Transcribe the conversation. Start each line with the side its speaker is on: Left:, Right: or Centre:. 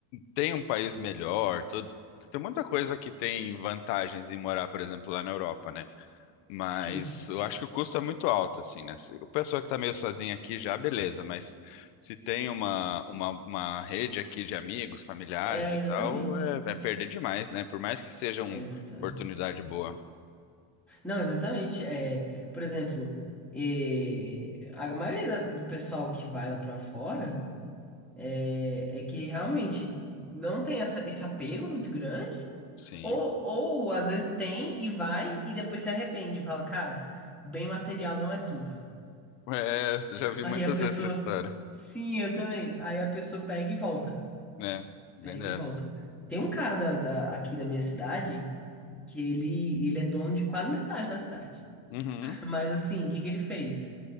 Left: tem um país melhor, tudo. Tem muita coisa que tem vantagens em morar, por exemplo, lá na Europa, né? Mas
Centre: sim.
Left: eu acho que o custo é muito alto, assim, né? Se a pessoa que tá meio sozinha aqui já, beleza, mas se tem uma, uma, uma rede aqui de amigos, familiares
Centre: É,
Left: e
Centre: exatamente.
Left: tal, é, é perder demais, né? Por mais que seja
Centre: É,
Left: uma
Centre: exatamente.
Left: oportunidade boa.
Centre: Não, exatamente. É, por exemplo, é, a maioria da- do pessoal que vai lá pra fora é, é que realmente não tem essa, esse apego muito grande.
Left: Sim.
Centre: Ou, ou às vezes tem e vai e depois se arrepende. Fala, cara, bem material não é tudo.
Left: É, já vi
Centre: Aí
Left: muitas
Centre: a pessoa,
Left: vezes essa história,
Centre: sim, eu também. Aí a pessoa pega e volta.
Left: né? Bem
Centre: Pega
Left: dessa.
Centre: e volta. Tem um cara da, da- aqui da minha cidade que ele, ele é dono de quase metade da cidade.
Left: Uhum,
Centre: <laughs> Mas assim, o que que ele fez?